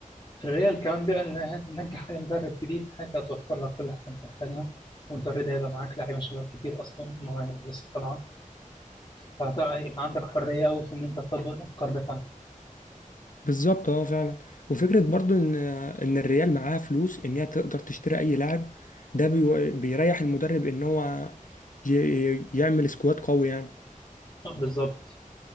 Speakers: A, on the left; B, on the left.
A: الريال كمان بقى اللي هتنجح أي مدرب جديد حاجة هتوفر لك كل حاجة أنت محتاجها والدوري ده هيبقى معاك لعيبة شباب كتير أصلا مواهب لسه طالعة فهيبقى عندك حرية أوي في إن أنت تطبق الأفكار بتاعتك
B: بالظبط اه فعلا وفكره برضو ان ان الريال معاها فلوس ان هي تقدر تشتري اي لاعب ده بي... بيريح المدرب ان هو ي... يعمل سكواد قوي يعني
A: بالظبط